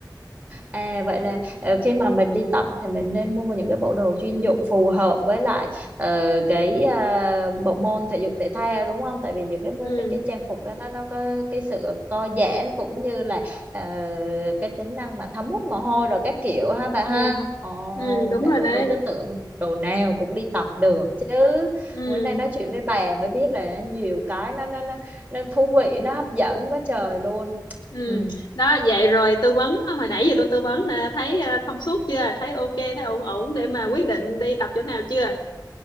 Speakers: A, on the right; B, on the left.
A: À vậy là ờ, khi mà mình đi tập thì mình nên mua những cái bộ đồ chuyên dụng phù hợp với lại ờ, cái ờ, bộ môn thể dục thể thao đúng không? Tại vì những cái
B: ừ
A: cái cái trang phục đó nó nó có cái sự co giãn cũng như là ờ, cái tính năng mà thấm hút mồ hôi rồi các kiểu ha bà
B: ừ
A: ha. Ồ
B: ừ đúng
A: vậy
B: rồi
A: mà
B: đấy
A: tôi cứ tưởng đồ nào cũng đi tập được chứ.
B: ừ
A: Bữa nay nói chuyện với bà mới biết là nhiều cái nó nó nó, nó thú vị, nó hấp dẫn quá trời luôn.
B: Ừ,
A: Ừ.
B: đó vậy rồi tư vấn à, hồi nãy giờ tôi tư vấn là thấy ờ, thông suốt chưa thấy ok thấy ổn ổn để mà quyết định đi tập chỗ nào chưa